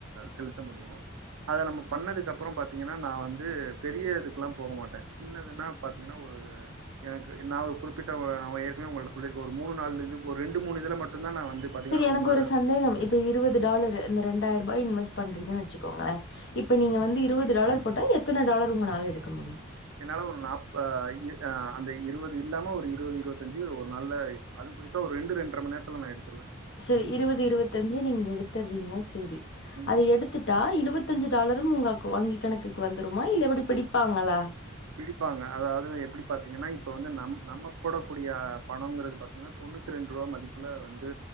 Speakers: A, on the right; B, on the left.
A: செலுத்த முடியு அத நம்ம பண்ணதுக்கு அப்றோ பாத்தீங்கன்னா நா வந்து பெரிய இதுக்கெல்லா போக மாட்டே சின்னதுன்னா பாத்தீங்கன்னா ஒரு எனக்கு நா ஒரு குறிப்பிட்ட ஏற்கனவே உங்களிட்ட சொல்லிருக்க ஒரு மூணு நாலு இது ஒரு ரெண்டு மூணு இதுல மட்டுதா நா வந்து பாத்தீங்கன்னா
B: செரி எனக்கு
A: ரொம்ப
B: ஒரு சந்தேகம் இப்ப இருவது டாலர் இந்த ரெண்டாயிர ரூபா இன்வெஸ்ட் பண்றீங்க வச்சுக்கோங்க இப்ப நீங்க வந்து இருவது டாலர் போட்டா எத்தன டாலர் உங்கனால எடுக்க முடியு
A: என்னா ஒரு நாப் அந்த இருவது இல்லாம ஒரு இருவது இருவத்தஞ்சு ஒரு நாள்ல அது குறிப்பா ஒரு ரெண்டு ரெண்ட்ர மண் நேரத்துல நா எடுத்துருவே
B: சரி இருவது இருவத்தஞ்சு நீங்க எடுத்துரிங்க சரி
A: ம்
B: அத எடுத்து டுத்துட்டா இருவத்தஞ்சு டாலரு உங்க வங்கி கணக்கு வந்துடுமா இல்ல எப்டி பிடிப்பாங்களா
A: பிடிப்பாங்க அதாவது எப்படி பாத்தீங்கன்னா இப்ப வந்து நம் நம்ம போடக்க கூடிய பணோங்றது பா த்தீங்கன்னா தொண்ணூத்தி ரெண்டு ருவா மதிப்புல வந்து